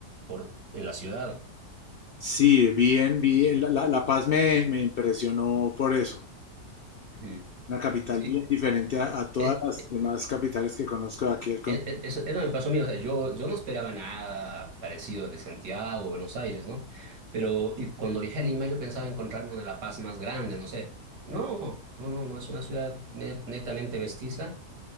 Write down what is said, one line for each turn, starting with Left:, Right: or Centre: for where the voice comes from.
Right: por, en la ciudad.
Left: Sí, bien, bien. La, la- La Paz me, me impresionó por eso.
Right: Ujú.
Left: Una capital
Right: Sí,
Left: bien diferente a, a todas
Right: eh,
Left: las demás capitales que conozco de aquí del continente.
Right: e- e- Eso, eso me pasó a mí, o sea, yo, yo no esperaba nada parecido de Santiago o Buenos Aires, ¿no? Pero y cuando viajé a Lima yo pensaba encontrarme una La Paz más grande, no sé. No, no, no, no es una ciudad ne- netamente mestiza,